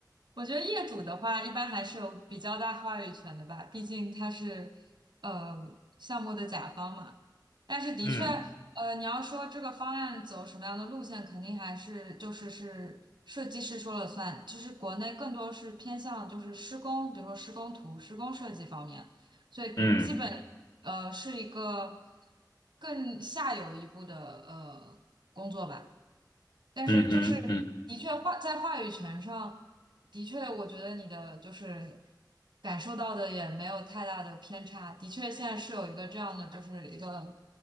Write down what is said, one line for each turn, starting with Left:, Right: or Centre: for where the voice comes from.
Right: 我觉得业主的话，一般还是有比较大话语权的吧，毕竟他是呃项目的甲方嘛。但是的确，
Left: 嗯
Right: 呃，你要说这个方案走什么样的路线，肯定还是就是是设计师说了算。其实国内更多是偏向就是施工，比如说施工图、施工设计方面，所以基本
Left: 嗯
Right: 呃是一个更下游一步的呃工作吧。但是就是的确话在话语权上，
Left: 嗯哼嗯
Right: 的确我觉得你的就是感受到的也没有太大的偏差。的确，现在是有一个这样的，就是一个